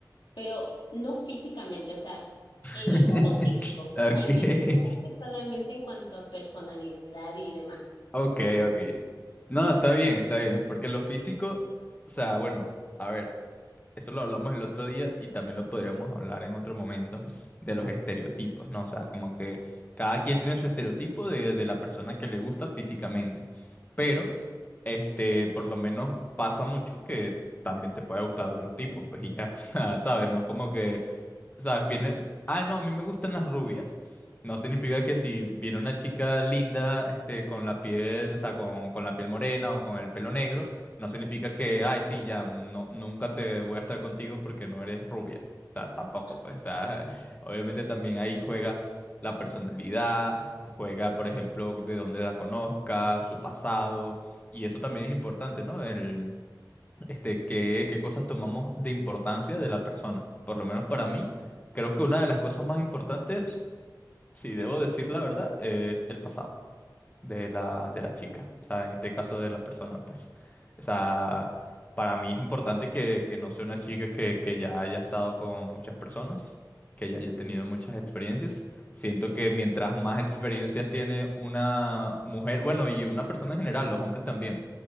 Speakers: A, on the left; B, on the left.
A: pero no físicamente, o sea, evita
B: <laughs>
A: lo físico,
B: Ok,
A: hay hay que enfocarte solamente en cuanto a personalidad y demás.
B: ok, ok. No, está bien, está bien. Porque lo físico, o sea, bueno, a ver, eso lo hablamos el otro día y también lo podríamos hablar en otro momento de los estereotipos, ¿no? O sea, como que cada quien tiene su estereotipo de, de la persona que le gusta físicamente. Pero,
A: Ujú.
B: este, por lo menos pasa mucho que también te puede gustar otro tipo, pues y ya, <laughs> o sea, ¿sabes? No es como que ¿sabes? Viene. Ah, no, a mí me gustan las rubias. No significa que si viene una chica linda, este, con la piel, o sea, con, con la piel morena o con el pelo negro, no significa que, ay, sí, ya, no, nunca te voy a estar contigo porque no eres rubia. O sea, tampoco,
A: Ah.
B: pues, o sea, <laughs> obviamente también ahí juega la personalidad, juega, por ejemplo, de dónde la conozca, su pasado, y eso también es importante, ¿no? el este, qué, qué cosas tomamos de importancia de la persona. Por lo menos para mí, creo que una de las cosas más importantes, si debo decir la verdad, es el pasado de la,
A: Ujú,
B: de la chica. O sea, en este caso de la persona, pues. O sea, para mí es importante que, que no sea una chica que, que ya haya estado con muchas personas, que ya haya tenido muchas experiencias. Siento que mientras más experiencias tiene una mujer, bueno, y una persona en general, los hombres también.